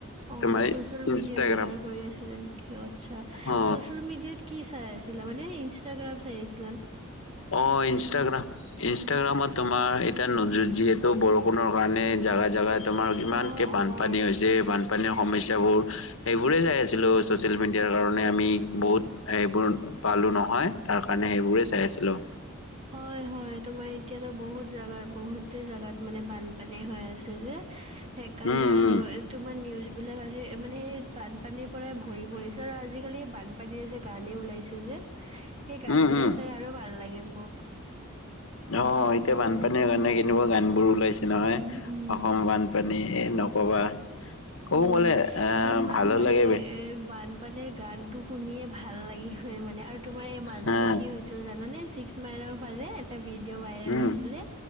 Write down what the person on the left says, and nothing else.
তোমাৰ
ইনষ্টাগ্ৰাম
অ
অ ইনষ্টাগ্ৰাম ইনষ্টাগ্ৰামত তোমাৰ এতিয়া যিহেতু বৰষুণৰ কাৰণে জোগা জোগাত তোমাৰ ইমানকৈ
বানপানী
হৈছে। বানপানীৰ সমস্যাবোৰ সেইবোৰে চাই আছিলো চচিয়েল মিডিয়াৰ কাৰণে আমি বহুত- এইেবোৰ পালো নহয়, তাৰ কাৰণে সেইবোৰে চাই আছিলো।
উম
উম
<unintelligible>
উম
অ এতিয়া বানপানীৰ কাৰণে কেনেকুৱা গান বোৰ ওলাইছে। নহয়।
অসম বানপানী এ নক'বা। ক'ব
গ'লে এ
ভালো
লাগে বে
হা
উম।